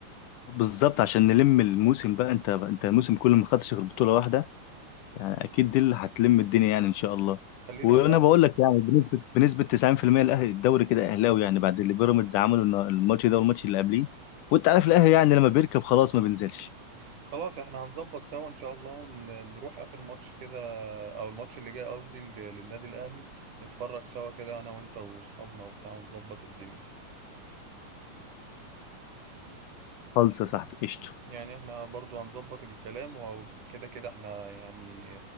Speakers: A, on the left; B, on the right.
A: بالظبط عشان نلم الموسم بقى انت انت الموسم كله ما خدتش غير بطوله واحده يعني اكيد دي اللي هتلم الدنيا يعني ان شاء الله
B: خلينا
A: وانا
B: نظبط
A: بقول لك يعني بنسبه بنسبه 90% الاهلي الدوري كده اهلاوي يعني بعد اللي بيراميدز عمله النا- الماتش ده والماتش اللي قبليه وانت عارف الاهلي يعني لما بيركب خلاص ما بينزلش
B: خلاص احنا هنظبط سوا ان شاء الله ونروح اخر ماتش كده او الماتش اللي جاي قصدي لل- للنادي الاهلي نتفرج سوا كده انا وانت واصحابنا وبتاع ونظبط الدنيا
A: خالص يا صاحبي قشطه
B: يعني احنا برضو هنظبط الكلام وكده كده احنا يعني